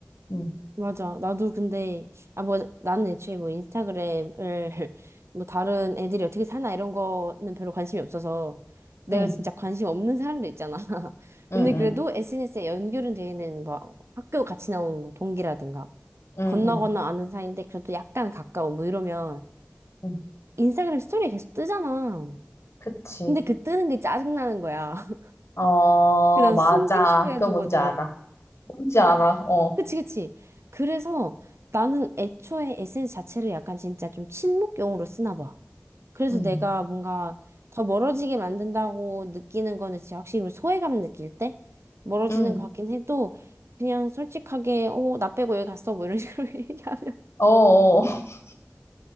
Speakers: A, on the left; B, on the right.
A: 응,
B: 맞아. 나도 근데, 아, 뭐, 나는 애초에 뭐 인스타그램을, <laughs> 뭐 다른 애들이 어떻게 사나 이런 거는 별로 관심이 없어서, 내가
A: 응,
B: 진짜 관심 없는 사람도 있잖아. <laughs>
A: 응,
B: 근데 그래도
A: 응,
B: SNS에 연결은 돼 있는 뭐 학교 같이 나온 뭐 동기라든가,
A: 응,
B: 건너
A: 응.
B: 건너 아는 사이인데 그래도 약간 가까운 뭐 이러면,
A: 응.
B: 인스타그램 스토리 계속 뜨잖아.
A: 그치.
B: 근데 그 뜨는 게 짜증나는 거야. <laughs>
A: 어,
B: 그난
A: 맞아.
B: 숨김 처리해두거든.
A: 그거 뭔지 알아. 뭔지 알아. 어.
B: 그치, 그치. 그래서 나는 애초에 에 n 스 자체를 약간 진짜 좀 친목용으로 쓰나 봐. 그래서
A: 음,
B: 내가 뭔가 더 멀어지게 만든다고 느끼는 거는 진짜 확실히 소외감 느낄 때 멀어지는
A: 음,
B: 것 같긴 해도 그냥 솔직하게, 어, 나 빼고 여기 갔어. 뭐 이런 식으로 <laughs> 얘기하면.
A: 어, 어. <laughs>